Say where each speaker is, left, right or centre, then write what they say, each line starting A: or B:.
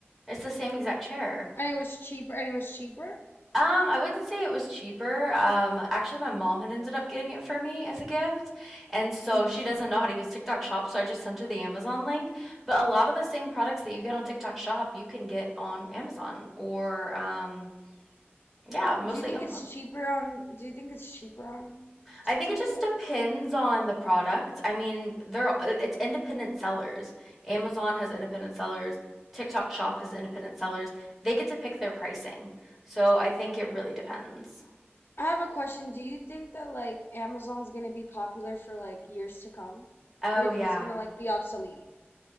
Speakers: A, in the centre; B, on the left.
A: It's the same exact chair.
B: And it was cheaper and it was cheaper?
A: Um, I wouldn't say it was cheaper. Um, actually, my mom had ended up getting it for me as a gift, and so
B: hmm
A: she doesn't know how to use TikTok Shop, so I just sent her the Amazon link. But a lot of the same products that you get on TikTok Shop, you can get on Amazon or um, yeah, mostly
B: Do you think
A: Amazon.
B: it's cheaper on do you think it's cheaper on TikTok
A: I think it just
B: though?
A: depends on the product. I mean, they're uh, it's independent sellers. Amazon has independent sellers. TikTok Shop has independent sellers. They get to pick their pricing. So I think it really depends.
B: I have a question. Do you think that like Amazon's gonna be popular for like years to come?
A: Oh
B: Or you
A: yeah.
B: think it's gonna like be obsolete?